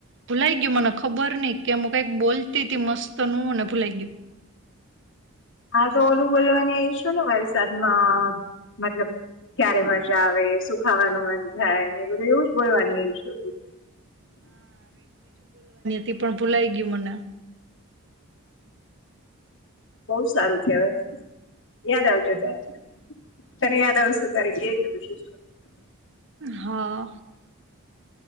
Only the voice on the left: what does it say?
હા તો ઓલું બોલવાની ઈસુ ને વરસાદમાં મતલબ ક્યારે મજા આવે સુખાવાનું મન થાય, ને એ બધું એવું જ બોલવાની ઈ <unintelligible>
બો સારું કહેવાય. યાદ આવજો <unintelligible> તને યાદ આવશે તારી <unintelligible>